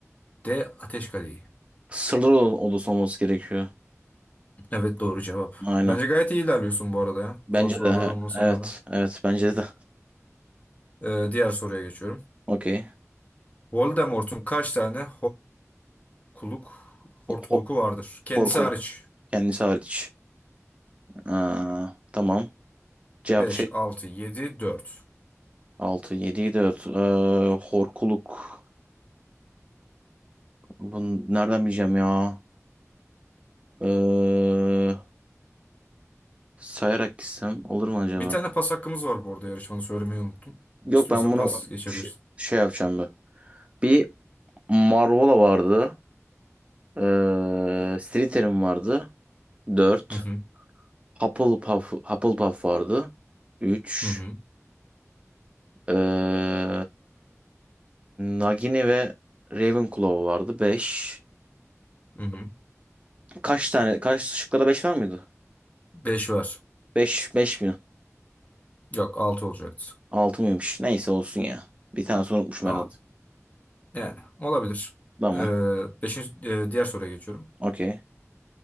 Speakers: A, on the left; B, on the right.
A: D. Ateş Kadehi
B: Sırlar od- odası olması gerekiyor.
A: Evet doğru cevap.
B: Aynen.
A: Bence gayet iyi ilerliyorsun bu arada ya.
B: Bence
A: Zor sorular
B: de
A: olmasına
B: evet
A: rağmen.
B: evet bence de.
A: Ee, diğer soruya geçiyorum.
B: <laughs> Okey.
A: Voldemort'un kaç tane hortkuluk hortkuluku
B: Ho- Hop
A: vardır? Kendisi
B: korku
A: hariç.
B: kendisi hariç. Aa, tamam. Cevap
A: beş
B: şey
A: altı yedi dört
B: 6 7 4 ee, horkuluk. Bunu nereden bileceğim ya? Ee, sayarak gitsem olur mu acaba?
A: Bir tane pas hakkımız var bu arada yarışmanı söylemeyi unuttum.
B: Yok
A: İstiyorsan
B: ben bunu
A: pas geçebilirsin.
B: şey, şey yapacağım ben. bir. Marvola vardı. Ee, Slytherin vardı. 4.
A: Hı hı
B: Hufflepuff, Hufflepuff vardı. üç,
A: hı hı
B: Ee, Nagini ve Ravenclaw vardı. beş.
A: hı hı.
B: Kaç tane? Kaç şıkkada 5 var mıydı?
A: 5 var.
B: Beş, beş mi?
A: Yok 6 olacaktı.
B: 6 mıymış? Neyse olsun ya. Bir tane unutmuşum
A: Tamam.
B: herhalde.
A: Yani olabilir.
B: Tamam.
A: Ee, beşinci, e, diğer soruya geçiyorum.
B: Okey.